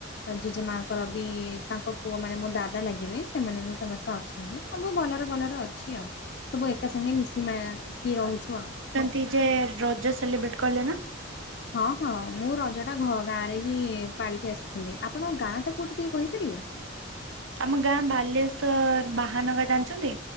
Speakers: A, on the left; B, on the right.
A: ଜେଜେମାଙ୍କର ବି ତାଙ୍କ ପୁଅ ମାନେ ମୋ ଦାଦା ଲାଗିବେ। ସେମାନେ ବି ସମସ୍ତେ ଅଛନ୍ତି ସବୁ ଭଲରେ ଭଲରେ ଅଛି ଆଉ। ସବୁ ଏକାସଙ୍ଗେ ମିଶି ମିକି ରହୁଛୁ ଆଉ।
B: ତି ଯେ ରଜ ସେଲିବ୍ରେଟ୍ କଲେ ନା।
A: ହଁ ହଁ ମୁଁ ରଜଟା ଗାଁରେ ହିଁ ପାଳିକି ଆସିଥିଲି ଆପଣଙ୍କ ଗାଁ ଟା କୋଉଠି ଟିକେ କହିପାରିବେ?
B: ଆମ ଗାଁ ବାଲେଶ୍ଵର ବାହାନଗାଁ ଜାଣିଛନ୍ତି